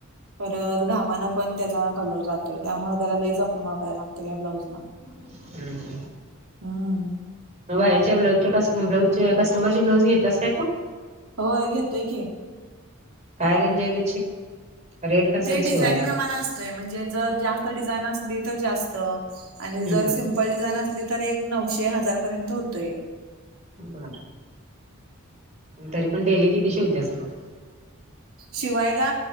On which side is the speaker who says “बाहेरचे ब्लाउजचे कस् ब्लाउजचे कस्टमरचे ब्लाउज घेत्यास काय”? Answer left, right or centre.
Right